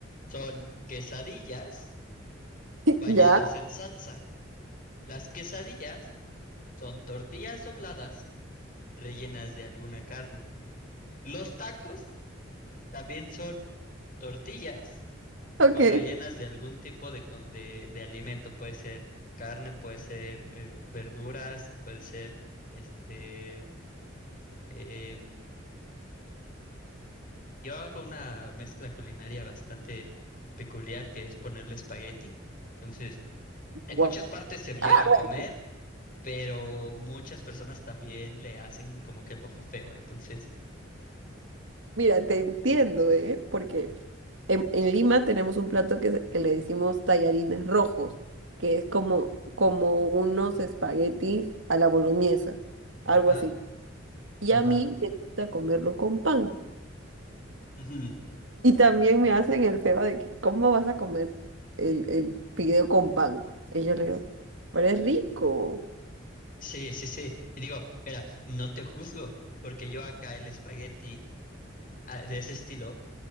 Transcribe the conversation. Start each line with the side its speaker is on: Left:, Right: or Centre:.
Left: son quesadillas bañadas
Right: ¿Ya?
Left: en salsa. Las quesadillas Son tortillas dobladas rellenas de alguna carne. Los tacos también son tortillas
Right: Ok.
Left: con rellenas de algún tipo de, co- de- de alimento. Puede ser carne, puede ser eh, verduras, o puede ser este. em, yo hago una mezcla culinaria bastante peculiar que es ponerle espagueti. Entonces, en
Right: guau.
Left: muchas partes se llega
Right: Ah,
Left: a comer,
Right: bueno,
Left: pero muchas personas también le hacen como que el ojo feo. Entonces,
Right: mira, te entiendo, ¿eh? Porque en, en Lima tenemos un plato que, se- que le decimos tallarines rojos, que es como, como unos espaguetis a la boloñesa,
Left: ajá.
Right: algo así. Y
Left: Ajá.
Right: a mí me gusta comerlo con pan.
Left: Ujú.
Right: Y también me hacen el feo de que, ¿cómo vas a comer el, el fideo con pan? Y yo le digo, pero es rico.
Left: Sí, sí, sí. Y digo, mira, no te juzgo, porque yo acá el espagueti ah, de ese estilo,